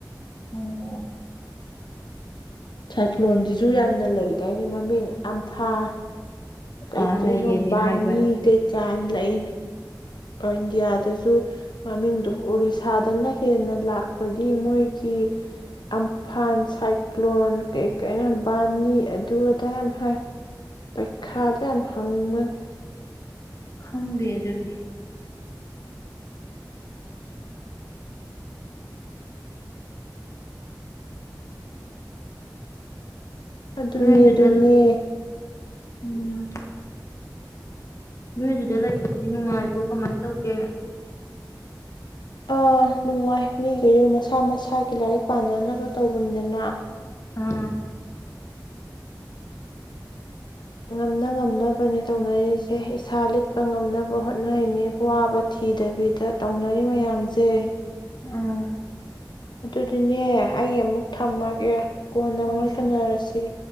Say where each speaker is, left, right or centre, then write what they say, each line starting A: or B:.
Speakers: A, on the left; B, on the left.
A: ꯑꯣ
B: ꯁꯥꯏꯀ꯭ꯂꯣꯟꯁꯤꯁꯨ ꯌꯥꯝꯅ ꯂꯩꯗꯥꯥꯏꯅꯤ ꯃꯃꯤꯡ ꯑꯝꯐꯥ ꯀꯩꯀꯩꯅꯣ
A: ꯑꯥ ꯂꯩꯌꯦꯗꯤ
B: ꯕꯥꯅꯤ
A: ꯍꯥꯏꯕꯅꯤ
B: ꯀꯩ ꯀꯌꯥꯝ ꯂꯩ ꯏꯟꯗꯤꯌꯥꯗꯁꯨ ꯃꯃꯤꯡꯗꯣ ꯑꯣꯔꯤꯁꯥꯗꯅ ꯍꯦꯟꯅ ꯂꯥꯛꯄꯒꯤ ꯃꯣꯏꯒꯤ ꯑꯝꯐꯥꯟ ꯁꯥꯏ ꯂꯣꯟ ꯀꯩ ꯀꯩ ꯌꯥꯝ ꯕꯥꯅꯤ ꯑꯗꯨ ꯑꯗꯥ ꯌꯥꯝ ꯄꯩꯈꯥꯗ ꯌꯥꯝ ꯍꯪꯕꯅꯤ꯫
A: ꯈꯪꯗꯦ ꯑꯗꯨꯗꯤ꯫
B: ꯑꯗꯨꯅꯦ
A: ꯅꯣꯏꯗꯨꯗ
B: - ꯑꯗꯨꯅꯦ꯫
A: ꯎꯝ ꯅꯣꯏꯗꯨꯗ ꯂꯩꯕꯗꯤ ꯅꯨꯡꯉꯥꯏꯕ꯭ꯔꯣ ꯀꯃꯥꯏꯅ ꯇꯧꯒꯦ?
B: ꯑꯥ ꯅꯨꯡꯉꯥꯏ ꯃꯤ ꯂꯣꯢꯅ ꯃꯁꯥ- ꯃꯁꯥꯒꯤ ꯂꯥꯏꯔꯤꯛ ꯄꯥꯅꯅꯕ ꯇꯧꯕꯅꯤꯗꯅ
A: ꯑꯝ꯫
B: ꯉꯝꯅ - ꯉꯝꯅꯕꯅꯦ ꯇꯧꯅꯔꯤꯁꯦ ꯏꯁꯥ ꯂꯤꯠꯄ ꯉꯝꯅꯕ ꯍꯣꯠꯅꯩꯅꯦ ꯋꯥꯕ ꯊꯤꯗꯕꯤꯗ ꯇꯧꯅꯔꯤ ꯃꯌꯥꯝꯁꯦ꯫
A: ꯑꯝ꯫
B: ꯑꯗꯨꯗꯤꯅꯦ ꯑꯩ ꯑꯃꯨꯛ ꯊꯝꯃꯒꯦ꯫ ꯀꯣꯟꯅ
A: ꯍꯣꯏ
B: ꯃꯣꯏ
A: ꯆꯦ
B: ꯁꯥꯟꯅꯔꯁꯤ꯫